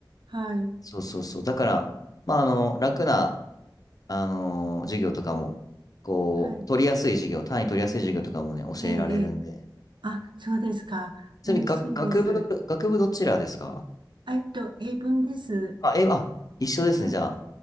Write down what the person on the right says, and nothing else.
はい、
はい。
ええ、ええ。あ、そうですか。
嬉しいです。
あえっと、英文です。
あ、